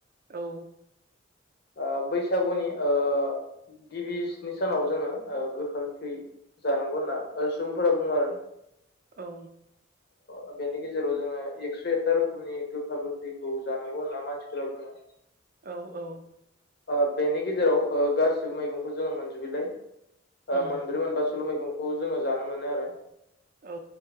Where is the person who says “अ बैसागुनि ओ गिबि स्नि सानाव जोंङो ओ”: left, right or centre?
Left